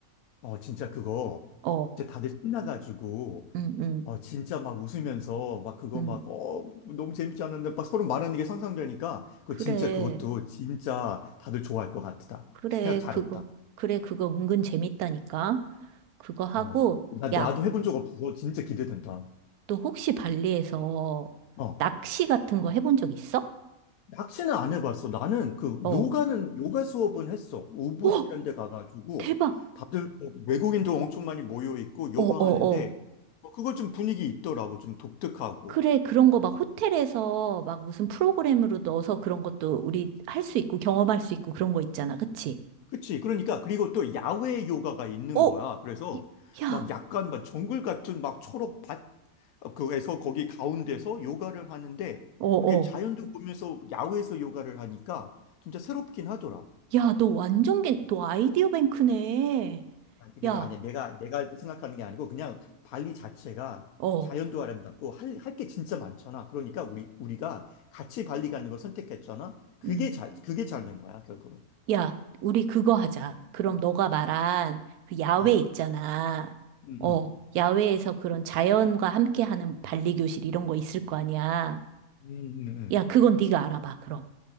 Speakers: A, on the left (about 75°); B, on the right (about 80°).
A: 어. 어, 진짜 그거.
B: 어,
A: 진짜 다들 신나가지고
B: 응, 응,
A: 어, 진짜 막 웃으면서 막 그거
B: 응.
A: 막, 어, 너무 재밌지 않았는데 막 서로 말하는 게 상상되니까 그
B: 그래.
A: 진짜 그것도 진짜 다들 좋아할 것 같다.
B: 그래,
A: 생각 잘했다.
B: 그거. 그래, 그거 은근 재밌다니까. 그거 하고,
A: 어, 나, 나도
B: 야,
A: 해본 적 없어서 진짜 기대된다.
B: 너 혹시 발리에서
A: 어,
B: 낚시 같은 거 해본 적 있어?
A: 낚시는 안 해봤어. 나는 그
B: 어.
A: 요가는, 요가 수업은 했어. 우부지란
B: 오,
A: 데 가가지고
B: 대박.
A: 다들 뭐 외국인도 엄청 많이 모여 있고 요가
B: 어, 어,
A: 하는데
B: 어.
A: 뭐 그거 좀 분위기 있더라고. 좀 독특하고.
B: 그래, 그런 거 막 호텔에서 막 무슨 프로그램으로 넣어서 그런 것도 우리 할 수 있고 경험할 수 있고 그런 거 있잖아. 그치?
A: 그치. 그러니까, 그리고 또 야외 요가가 있는
B: 어,
A: 거야. 그래서
B: 야,
A: 막 약간 막 정글 같은 막 초록 밭, 어, 그에서 거기 가운데서 요가를 하는데
B: 어, 어.
A: 그게 자연도 보면서 야외에서 요가를 하니까 진짜 새롭긴 하더라.
B: 야, 너 완전 겐, 너 아이디어 뱅크네.
A: 아니, 근데
B: 야,
A: 아니, 내가, 내가 생각하는 게 아니고 그냥 발리 자체가
B: 어.
A: 자연도 아름답고 할, 할 게 진짜 많잖아. 그러니까 우리, 우리가 같이 발리 가는 걸 선택했잖아. 그게
B: 음.
A: 잘, 그게 잘 된 거야, 결국으로.
B: 야, 우리 그거 하자. 그럼 너가 말한 그 야외
A: 어,
B: 있잖아.
A: 음, 음,
B: 어, 야외에서 그런 자연과 함께하는 발리 교실 이런 거 있을 거 아니야.
A: 음, 음, 음.
B: 야, 그건 네가 알아봐. 그럼